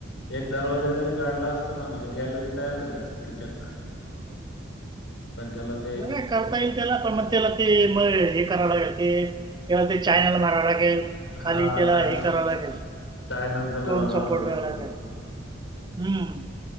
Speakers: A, on the left; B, on the right.
A: एक दरवाजे जरी काढला असता ना म्हणजे गॅलरी तयार झाली असते किती <unintelligible>
B: का करता येईल त्याला पण मग त्याला ते मग हे कराय लागेल ते ह तेव्हा ते चायनल माराय लागेल खाली
A: हा
B: त्याला
A: चायनल
B: हे कराव लागेल
A: चायनलच करावं
B: दोन
A: लागलेलं
B: सपोर्ट द्यालाला
A: सर्व
B: लागेल हम्म